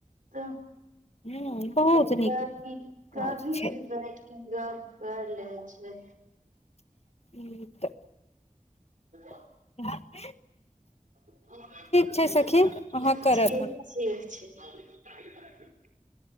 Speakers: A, on the right (about 85°); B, on the left (about 55°).
A: तऽ
B: ह
A: अपन
B: बहुत नीक
A: कभी कभी
B: काज छै
A: भी बैठ के गप कर ले छै
B: ई तऽ
A: <unintelligible>
B: <unintelligible>
A: ठीक
B: छै सखी
A: ठीक
B: अहाँ करब हम
A: छै